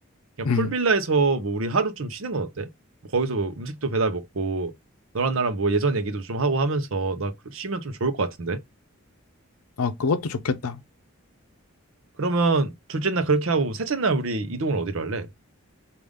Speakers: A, on the right (about 65°); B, on the left (about 80°).
A: 그냥
B: 음,
A: 풀빌라에서 뭐 우리 하루 좀 쉬는 건 어때? 뭐 거기서 뭐 음식도 배달 먹고 너랑 나랑 뭐 예전 얘기도 좀 하고 하면서 나 그- 쉬면 좀 좋을 것 같은데?
B: 어, 그것도 좋겠다.
A: 그러면 둘째 날 그렇게 하고 셋째 날 우리 이동을 어디로 할래?